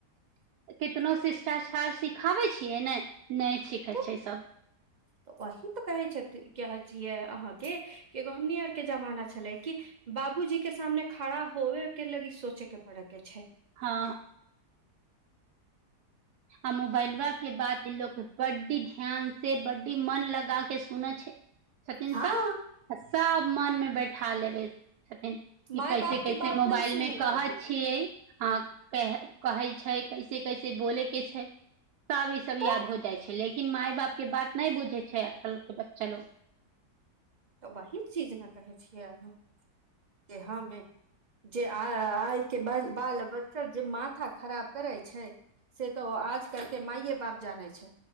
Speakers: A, on the right; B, on the right.
A: कि कोनो शिष्टाचार सिखाबै छियै ने? नहि सीखै
B: तऽ
A: छै इ सब।
B: तऽ वही तऽ कहे छैथ कहि छियै अहाँ के एगो हमनी आर के जमाना छले कि बाबूजी के सामने खड़ा होवे के लगी सोचे के पड़े के छै।
A: हँ आ मोबाइलवा के बाद इलोग के बड्डी ध्यान से बडी मन लगा के सुनै छै। छथिन
B: हँ
A: सभ आ सभ मनमे बैठा लेबै छथिन कि
B: माय
A: कैसे
B: बाप के
A: कैसे
B: बात
A: मोबाइलमे
B: नहि सुने
A: कहै
B: के
A: छियै? आ कहे। कहै छै कैसे कैसे बो के छै तब ई सब
B: तऽ
A: याद हो जाइ छै लेकिन लेकिन माय बाप के बात। नहि बुझै छै आजकल के बच्चा लोग।
B: तऽ वही चीज ने कहे छियै अहाँ कि हमे जे आ आइ के बाल बच्चा जे माथा खराब करै छै। से तो आजकल के मााये बाप जानै छै।